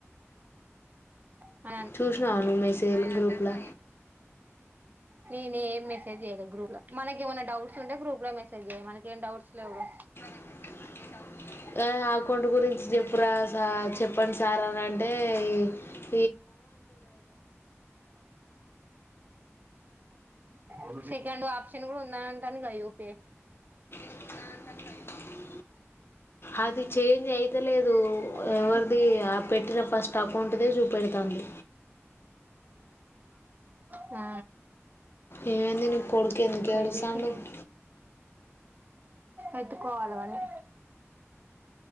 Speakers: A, on the right (about 35°); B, on the left (about 50°).
A: <unintelligible>
B: చూసినావా నువ్వు మెసేజ్ల గ్రూప్లా
A: నేనేం మెసేజ్ జేయలే గ్రూప్ ల. మనకేమన డౌట్స్ ఉంటే గ్రూప్ లో మెసేజ్ చేయమన్న, మనకేం డౌట్స్ లేవుగా.
B: హుహు యె అకౌంట్ గురించి జేప్పురా సార్ చెప్పండ్సార్ అనంటే ఈ.
A: చ్చు సెకండు ఆప్షన్ గూడా ఉందనీ అంటాడుగా యూపీఏ.
B: <unintelligible> అది చేంజి అయితలేదు
A: ఉమ్
B: ఎవర్ది యాప్. పెట్టిన ఫస్ట్ అకౌంటు దే జూపెడతాంది.
A: ఆ.
B: ఏవైంది.? నీ కొడుకెందుకేడుసాండు.?
A: ఏం చేసిల్లు
B: !
A: ఎత్తుకోవాలా వాన్నీ.